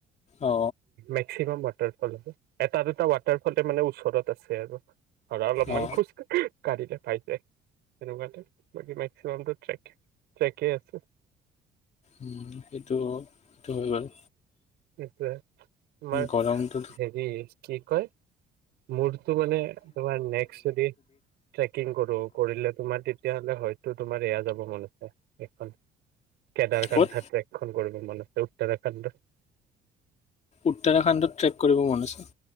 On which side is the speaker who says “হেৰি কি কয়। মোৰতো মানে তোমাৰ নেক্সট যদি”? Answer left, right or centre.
Right